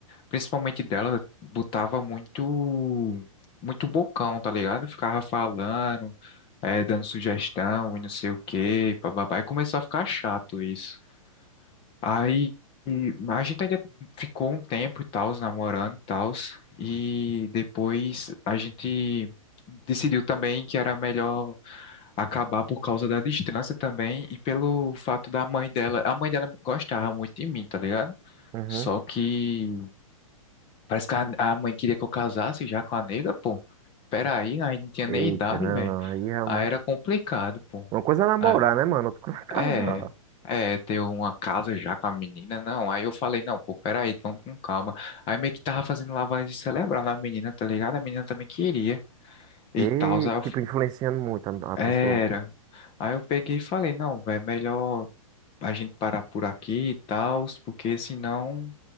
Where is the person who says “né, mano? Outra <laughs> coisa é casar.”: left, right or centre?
Right